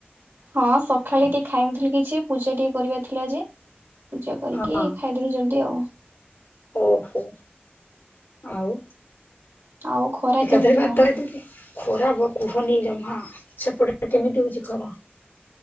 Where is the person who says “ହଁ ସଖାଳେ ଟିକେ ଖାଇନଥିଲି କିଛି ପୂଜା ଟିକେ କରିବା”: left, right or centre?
Right